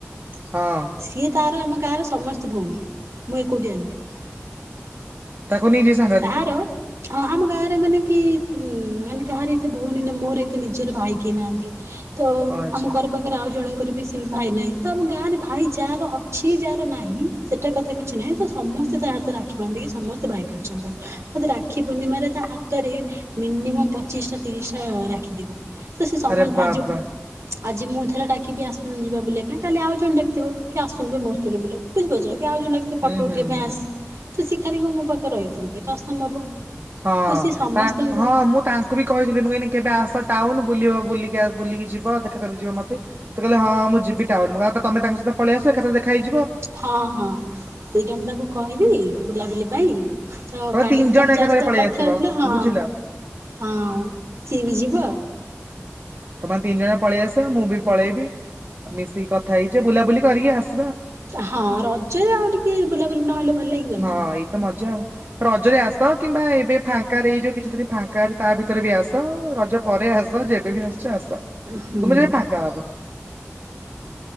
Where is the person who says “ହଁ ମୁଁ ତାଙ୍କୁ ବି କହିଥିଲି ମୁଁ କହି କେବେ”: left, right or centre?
Right